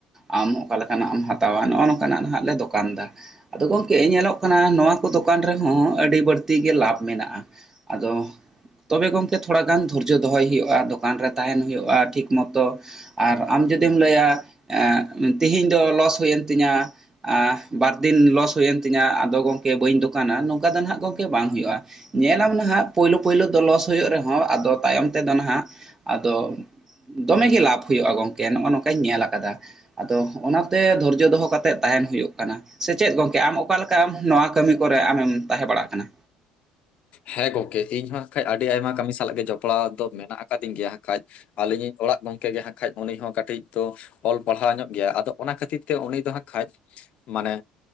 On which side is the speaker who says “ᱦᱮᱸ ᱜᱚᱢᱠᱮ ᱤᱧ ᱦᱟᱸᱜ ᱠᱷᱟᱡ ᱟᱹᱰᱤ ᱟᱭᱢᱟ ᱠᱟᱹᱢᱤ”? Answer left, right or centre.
Left